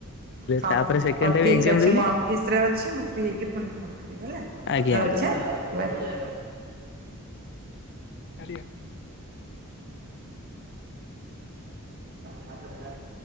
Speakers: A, on the right; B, on the left.
A: ହଉ-ହଉ
B: ତାପରେ ସେକେଣ୍ଡ ଟାଇମ
A: ଠିକ୍
B: ଏକ୍ଜାମ
A: ଅଛି,
B: ଦେଲି
A: ମୁଁ ଅ ଫିସରେ ଅଛି ମୁଁ ଫ୍ରି ହେଇକି ପୁଣି ଫୋନ୍ କରିବି ହେଲା,
B: ଆଜ୍ଞା
A: ରହୁଚି
B: ଆଜ୍ଞା ଆଜ୍ଞା।
A: ଆଁ ବାଏ।
B: କାରିଆ।
A: <inaudible>